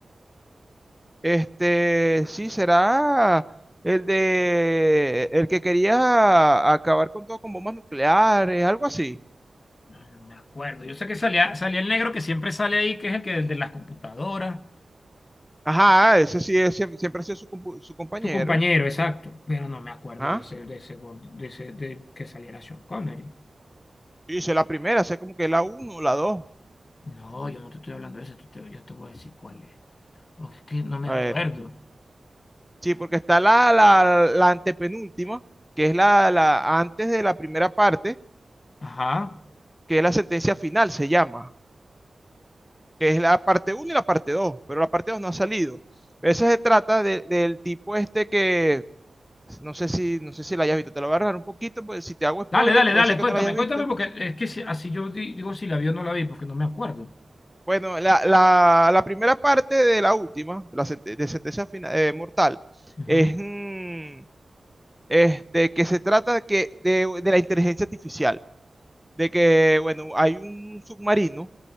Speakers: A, in the centre; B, on the left.
A: Este, sí, será el de el que quería acabar con todo con bombas nucleares, algo así.
B: Ay, No me acuerdo. Yo sé que salía, salía el negro que siempre sale ahí, que es el que desde las computadoras.
A: Ajá, ese sí es, siem- siempre ha sido su, compu- su compañero.
B: Tu compañero, exacto. Pero no me acuerdo
A: Ajá.
B: de ese, de ese, gord- de ese, de que saliera Sean Connery.
A: Sí, sé la primera, sé como que la uno, la dos.
B: No, yo no te estoy hablando de eso, te- te- yo te voy a decir cuál es. Porque es que no me
A: A
B: acuerdo.
A: ver. Sí, porque está la, la, la antepenúltima, que es la, la antes de la primera parte,
B: Ajá.
A: que es la sentencia final, se llama, que es la parte uno y la parte dos pero la parte 2 no ha salido. Esa se trata de- del tipo este que No sé si, no sé si la hayas visto, te lo voy a agarrar un poquito, pues si te hago spoiler,
B: Dale, dale,
A: puede
B: dale,
A: ser que
B: cuéntame,
A: no la hayas visto.
B: cuéntame, porque es que si- así yo di- digo si la vi o no la vi, porque no me acuerdo.
A: Bueno, la, la, la primera parte de la última, de la sente- de sentencia final eh, mortal,
B: Ujú.
A: es mm, este, que se trata que de, de la inteligencia artificial. de que, bueno, hay un submarino